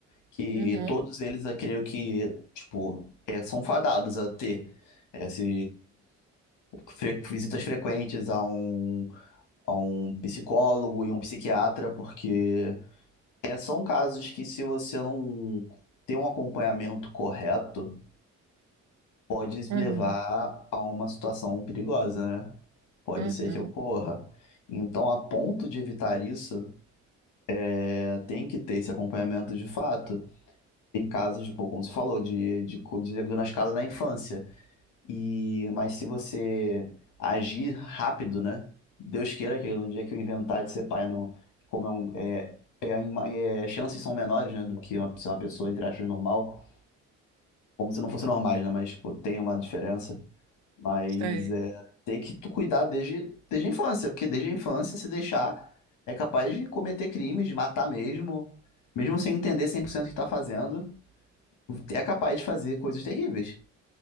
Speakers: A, on the left; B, on the right.
A: Que
B: Uhum,
A: todos eles, eu creio que, tipo, é, são fadados a ter essas fre- visitas frequentes a um, a um psicólogo e um psiquiatra, porque é, são casos que se você não tem um acompanhamento correto, pode
B: uhum,
A: levar a uma situação perigosa, né? Pode
B: uhum,
A: ser que ocorra. Então, a ponto de evitar isso, é, tem que ter esse acompanhamento de fato. Tem casos, pô, como você falou, de, de, co- de diagnosticado na infância. E, mas se você agir rápido, né? Deus queira que no dia que eu inventar de ser pai, não, como é um, é, é, é, uma- é, chances são menores, né, do que uma, ser uma pessoa, entre aspas, normal. Como se não fosse normais, né? Mas, tipo, tem uma diferença. Mas
B: sei.
A: é ter que tu cuidar desde, desde a infância, porque desde a infância, se deixar, é capaz de cometer crimes, de matar mesmo, mesmo sem entender 100% o que tá fazendo, é capaz de fazer coisas terríveis.